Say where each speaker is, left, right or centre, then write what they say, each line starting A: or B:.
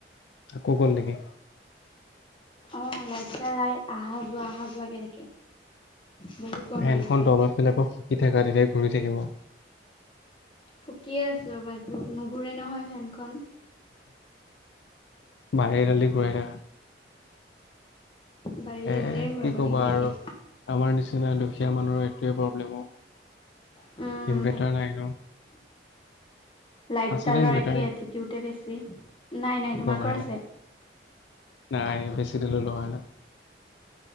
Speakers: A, on the left; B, on the left.
A: আকৌ গ'ল নেকি?
B: অ' লাইটাই লাই অহা যোৱা অহাত লাগি থাকে। বহুত গৰম
A: ফেনখন
B: লাগিছে।
A: তলৰফালৰ পৰা শুকি থকা তেিলে ঘূৰি থাকিব।
B: ফুকিয়ে আছো ৰব নুঘূৰে নহয় ফেনখন।
A: বাৰী দালি ঘূৰাই থাকা।
B: বাহি
A: এ
B: ঘূৰাব
A: কি ক'বা
B: লাগিব এতিয়া।
A: আৰু আমাৰ নিচিনা দুখীয়া মানুহৰ এইটোৱে প্ৰব্লেম অ
B: উম,
A: ইনভাৰ্টাৰ নাই ন।
B: লাইট
A: আছিলে
B: ডালৰ
A: ইনভাৰ্টাৰ
B: একে এটিটিউডে বেছি। নাই নাই তোমাৰ
A: লোহাৰ
B: কৰ
A: আদাত
B: আছে?
A: নাই বেছি দিলো লহোৱা নাই।